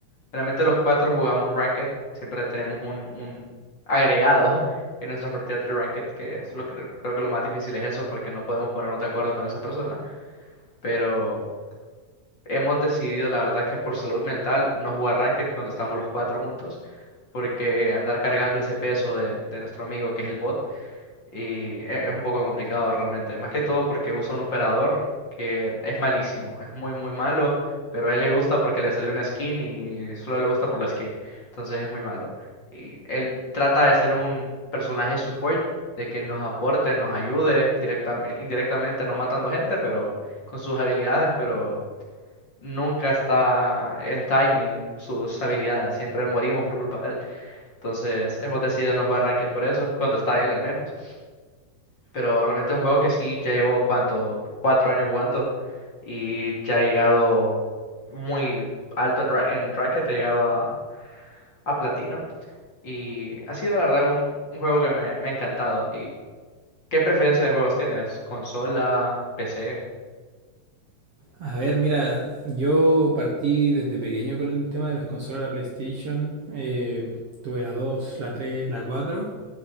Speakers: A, on the left; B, on the right.
A: Realmente los cuatro jugamos Ranked. Siempre tenemos un, un agregado <laughs> en nuestras partidas de Ranked, que es lo que creo que lo más difícil es eso, porque no podemos ponernos de acuerdo con esa persona. Pero. Hemos decidido, la verdad, que por salud mental no jugar ranked cuando estamos los cuatro juntos, porque andar cargando ese peso de, de nuestro amigo que es el bot y e- es un poco complicado realmente. Más que todo porque usa un operador que es malísimo, es muy muy malo, pero a él le gusta porque le salió una skin y solo le gusta por la skin, entonces es muy malo. Y él trata de ser un personaje support, de que nos aporte, nos ayude directamente, indirectamente, no matando gente, pero con sus habilidades, pero nunca está en timing sus habilidades, siempre morimos por culpa de él. Entonces hemos decidido no jugar Ranked por eso, cuando está él al menos. Pero realmente es un juego que sí ya llevo cuánto, cuatro años jugando y ya he llegado muy alto en, ra- en Ranked, he llegado a, a platino. Y ha sido la verdad un, un juego que me, me ha encantado. ¿Y qué preferencia de juegos tienes? ¿Consola? ¿PC?
B: A ver, mira, yo partí desde pequeño con el tema de las consolas, la PlayStation. eh, tuve la dos la tres la cuatro